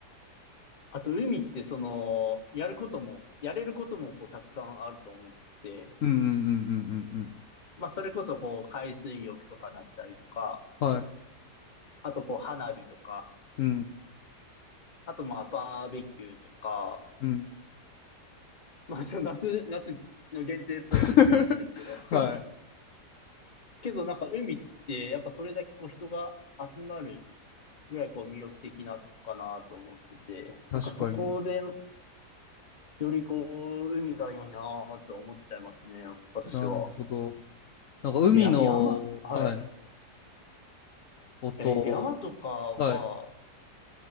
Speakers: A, on the left; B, on the left.
A: あと、海ってその、やることも、やれることもこうたくさんあると思って、
B: うんうんうんうんうんうん
A: まあ、それこそこう、海水浴とかだったりとか、
B: はい
A: あとこう、花火とか、
B: うん
A: あとまあ、バーベキューとか、
B: うん
A: まあ、ちょっと夏、夏の限定っぽい気もするんですけど。
B: <laughs> はい
A: <laughs> けどなんか海ってやっぱそれだけこう人が集まるぐらいこう魅力的なとこかなと思ってて、
B: 確かに
A: なんかそこでよりこう海がいいなと思っちゃいますね、私は。
B: なるほどなんか海のはい
A: で、や、山、はい。
B: 音
A: え、山とかは、
B: はい